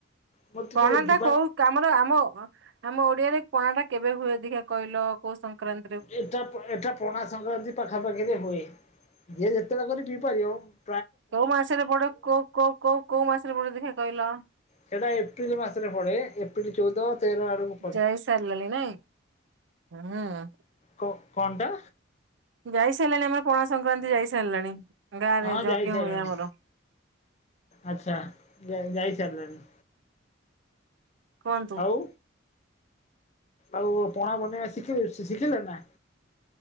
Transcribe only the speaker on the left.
ମୋର ଟିକେ
ଯିବା
ଏଟ ଏଟା <inaudible> ପଣା ସଂକ୍ରାନ୍ତି ପାଖାପାଖିରେ ହୁଏ ଯିଏ ଯେତେବେଳେ କରି ପିଇପାରିବ ମ।
ସେଇଟା ଏପ୍ରିଲ ମାସରେ ପଡେ ଏପ୍ରିଲ ଚଉଦ ତେର ଆଡକୁ ପେଡେ।
କଣ ଟା
ହଁ
ଯାଇ ସାରିଲାଣି
ଆଚ୍ଛା ଯାଇ ସାରିଲାଣି।
ଆଉ ଆଉ ପଣା ବନେଇବା ଶିଖିଲେ ଶିଖିଲେ ନା।